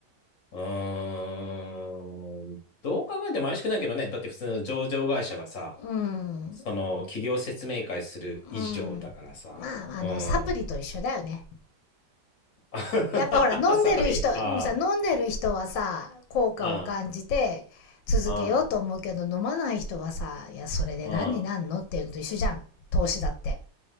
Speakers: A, on the left (about 50°); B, on the left (about 75°).
A: うーん。どう考えても怪しくないけどね。だって普通の上場会社がさ、
B: うん。
A: その企業説明会する以上だからさ。
B: うん。まあ、
A: うん。
B: あの、サプリと一緒だよね。
A: <laughs>
B: やっぱほら、飲んでる人、
A: サプリあ
B: さ、飲んでる人はさ、効果を感じて続けようと思うけど、
A: あ、うん、
B: 飲まない人はさ、いや、それで何になんのっていうのと一緒じゃん。
A: うん、
B: 投資だって。